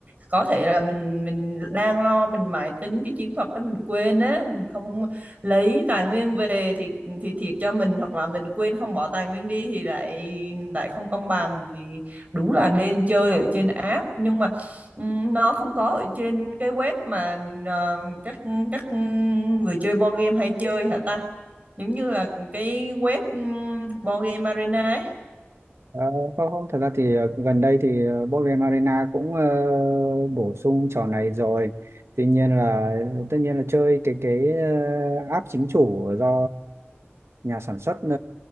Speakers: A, on the right; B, on the right.
A: có thể là mình mình đang lo mình mãi tính cái chiến thuật đó mình quên á mình không lấy tài nguyên về thì thì thiệt cho mình hoặc là mình quên không bỏ tài nguyên đi thì lại lại không công bằng thì đúng là nên chơi ở trên app nhưng mà ừm, nó không có ở trên cái web mà ờ, các các người chơi board game hay chơi hả ta giống như là cái web um, board game arena ấy
B: Ờ, không không thật ra thì ờ, gần đây thì ờ, board game arena cũng ờ, bổ sung trò này rồi tuy nhiên là tất nhiên là chơi cái cái ờ, app chính chủ do nhà sản xuất ờ,